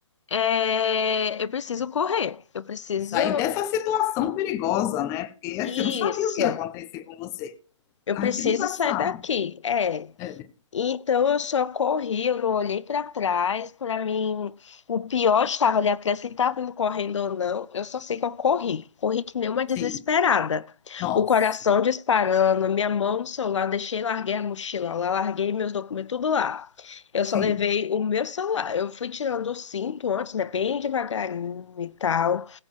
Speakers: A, on the left (about 70°); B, on the left (about 20°).
A: é, eu preciso correr. Eu preciso.
B: E sair dessa situação perigosa, né? Porque
A: Isso.
B: você não sabia o que ia acontecer com você.
A: Eu
B: A
A: preciso
B: gente nunca
A: sair
B: sabe.
A: daqui. É.
B: É,
A: Então eu só corri, eu não olhei para trás. Para mim, o pior estava ali atrás, se ele estava me correndo ou não. Eu só sei que eu corri. Corri que nem uma desesperada.
B: sim. Nossa.
A: O coração disparando, minha mão no celular, deixei, larguei a mochila lá, larguei meus documentos, tudo lá. Eu só
B: Sim.
A: levei o meu celular. Eu fui tirando o cinto antes, né? Bem devagarinho e tal.